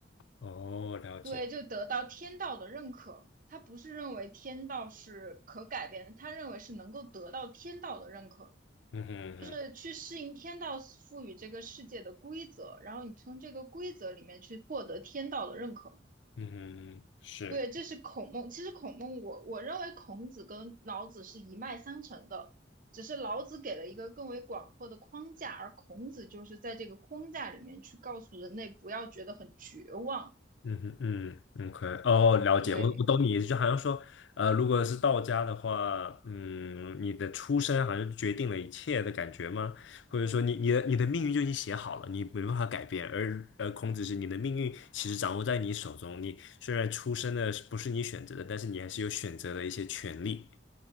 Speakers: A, on the left; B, on the right.
A: 哼，哦，了解。
B: 对，就得到天道的认可。他不是认为天道是可改变的，他认为是能够得到天道的认可，
A: 嗯哼嗯哼
B: 就是去适应天道赋予这个世界的规则，然后你从这个规则里面去获得天道的认可。
A: 嗯哼，是
B: 对，这是孔孟。其实孔孟我，我认为孔子跟老子是一脉相承的，只是老子给了一个更为广阔的框架，而孔子就是在这个框架里面去告诉人类不要觉得很绝望。
A: 嗯哼嗯，OK，哦，了解，
B: 对，
A: 我我懂你意思，就好像说，呃，如果是道家的话，嗯，你的出身好像决定了一切的感觉吗？或者说你你的你的命运就已经写好了，你没办法改变，而呃，孔子是你的命运其实掌握在你手中，你虽然出生的是不是你选择的，但是你还是有选择的一些权利。